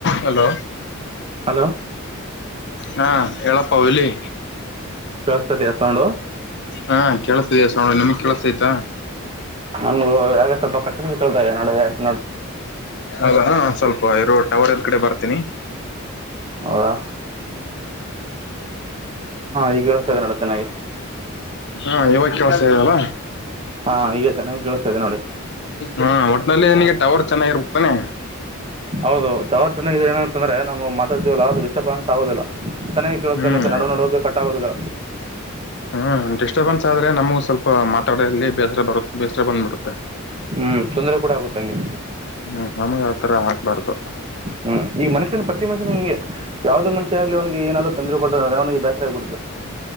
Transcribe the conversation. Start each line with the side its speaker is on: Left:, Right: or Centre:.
Left: Hello
Right: hello
Left: ಹಾ ಎಳ ಪಾವಲಿ
Right: ಕೇಳಿಸ್ತಿದೆಯಾ ಸೌಂಡು
Left: ಹಾ ಕೆೇಳಸ ಇದಯ ಸ ನ ನಿಮಗ್ ಕ ಕೆಸ ಆಯ್ತಾ
Right: ನಮ್ು ಯಾಗ ಸ್ವಲ್ಪ ಕಟ್ಕ ಕೇಳ್ತಾ ಇದೆ ನೋಡ
Left: ಅಲ್ಲ ಹ ಸ್ವಲ್ಪ ಇರೋ ಟವರ್ ಎಲ್ ಕಡೆ ಬರ್ತೀನಿ
Right: ಹಾ ಈಗ ಕೇಳಿಸ್ತಾ ಇದೆ ನೋಡು ಚೆನ್ನಾಗಿ
Left: ಹಾ ಇವ ಕಸೇ ಅಲ್ಲ
Right: ಹಾ ಈಗ ಚೆನ್ನಾಗಿ ಕಳಿಸ್ತಾದೆ ನೋಡಿ
Left: ಹಾ ಒಟ್ಟನಲ್ಲಿ ನಿಿನಗೆ ಟವರ್ ಚೆನ್ನಾಗಿರುತಾನೆ
Right: ಹೌದು ತ ಅವರು ಚೆನ್ನಾಗ ಏನ ಅಂತಂದ್ರೆ ನಾವು ಮಾತಾಡ್ತವಲ್ಲ ಅದುಡಿಸ್ಟರ್ಬ್ ಆನ್ಸ್ ಆಗೋದಿಲ್ಲ ಚೆನ್ನಾಗಿ ಕೇಳೋೆ
Left: ಹ್ಮ್
Right: ಮತ್ತ ನಡು ನಡೋಕ ಕಟ್ಟಾಗೋದಿಲ್ಲ
Left: ಹ್ಮ್ ಡಿಸ್ಟರ್ಬೆನ್ಸ್ ಆದರೆ ನಮಗೆ ಸ್ವಲ್ಪ ಮಾತಾಡಲ್ಲಿ ಬೇಸರ ಬರುತ್ತೆ ಬೇಸರ ಬಂದು್ಬಿಡುತ್ತೆ
Right: ಹ್ಮ್ ತೊಂದರೆ ಕೂಡ ಆಗುತ್ತೆ ಹಂಗೆ <inaudible>
Left: ಹ್ಮ್ ನಮಗ ಆತರ ಆಗ್ಬಾರ್ದು
Right: ಹ್ಮ್ ಈ ಮನುಷ್ಯನ ಪ್ರತಿ ಮನುಷ್ಯನ ಹಿಂಗೆ ಯಾವವುದೇ ಮನುಷ್ಯ ಆಗ್ಲಿ ಅವನಿಗೆ ಏನಾದ್ರು ತೊಂದ್ರ ಕೊಟ್ಟ ಅಂದ್ರೆ ಅವ್ನಿಗೆ ಬೇಸರ ಆಗ್ಬಿಡುತ್ತೆ